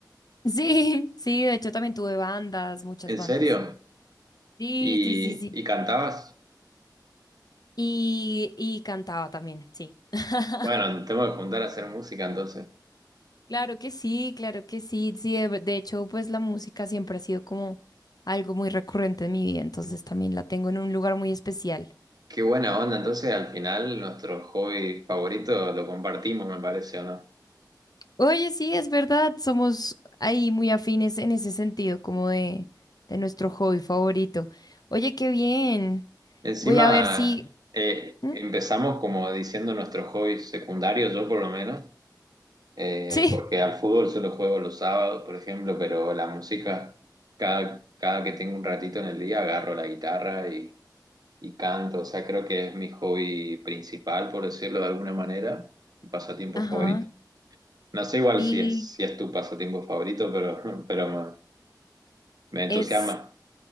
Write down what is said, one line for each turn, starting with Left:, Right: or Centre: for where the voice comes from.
Left: Sí, <laughs> sí, de hecho también tuve bandas, muchas
Right: ¿En
Left: bandas.
Right: serio?
Left: Sí,
Right: ¿Y,
Left: sí, sí, sí.
Right: y cantabas?
Left: Y, y cantaba también, sí. <laughs>
Right: Bueno, tengo que juntar a hacer música entonces.
Left: Claro que sí, claro que sí. Sí, de, de hecho, pues la música siempre ha sido como algo muy recurrente en mi vida, entonces también la tengo en un lugar muy especial.
Right: Qué buena onda, entonces al final nuestro hobby favorito lo compartimos, me parece, ¿o no?
Left: Oye, sí, es verdad, somos ahí muy afines en ese sentido, como de, de nuestro hobby favorito. Oye, qué bien.
Right: Encima,
Left: Voy a ver si...
Right: eh,
Left: ¿Mm?
Right: empezamos como diciendo nuestros hobbies secundarios, yo por lo menos, eh,
Left: Sí.
Right: porque al fútbol solo juego los sábados, por ejemplo, pero la música, cada, cada que tengo un ratito en el día, agarro la guitarra y canto, o sea, creo que es mi hobby principal, por decirlo de alguna manera, mi pasatiempo
Left: Ajá.
Right: favorito. No sé igual
Left: Y
Right: si es, si es tu pasatiempo favorito, pero, <laughs> pero me, me entusiasma.
Left: es...